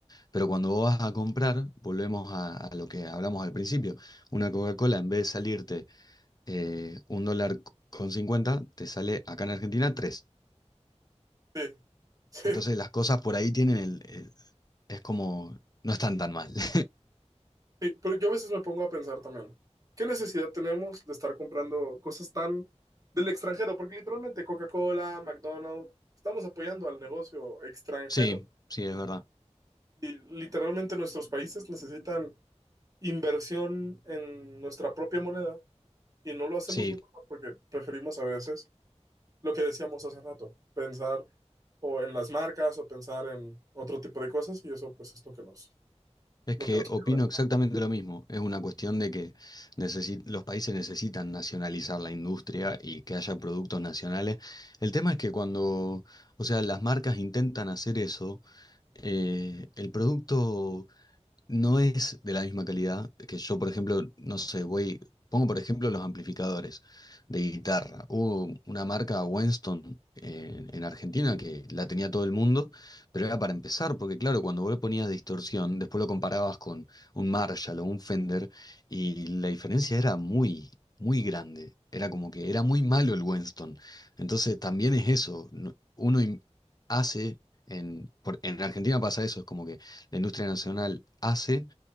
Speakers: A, on the left; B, on the right.
A: Pero cuando vos vas a comprar, volvemos a, a lo que hablamos al principio. Una Coca-Cola, en vez de salirte eh, un dólar con cincuenta te sale acá en Argentina tres
B: Sí, sí,
A: Entonces las cosas por ahí tienen el, el- es como, no están tan mal. <laughs>
B: sí. Pero yo a veces me pongo a pensar también, ¿qué necesidad tenemos de estar comprando cosas tan del extranjero? Porque literalmente Coca-Cola, McDonald's, estamos apoyando al negocio extranjero.
A: Sí, sí, es verdad.
B: Y literalmente nuestros países necesitan inversión en nuestra propia moneda Y no lo hacemos
A: Sí,
B: nunca más porque preferimos a veces lo que decíamos hace rato, pensar o en las marcas o pensar en otro tipo de cosas y eso pues es lo que nos,
A: es
B: lo
A: que
B: que nos quiebra.
A: opino exactamente lo mismo. Es una cuestión de que necesi- los países necesitan nacionalizar la industria y que haya productos nacionales. El tema es que cuando, o sea, las marcas intentan hacer eso, eh, el producto no es de la misma calidad que yo, por ejemplo, no sé, voy, pongo por ejemplo los amplificadores de guitarra. Hubo una marca Winston eh, en Argentina que la tenía todo el mundo, pero era para empezar, porque claro, cuando vos le ponías distorsión, después lo comparabas con un Marshall o un Fender y la diferencia era muy, muy grande. Era como que era muy malo el Winston. Entonces también es eso, no- uno im- hace... En, por- en Argentina pasa eso, es como que la industria nacional hace,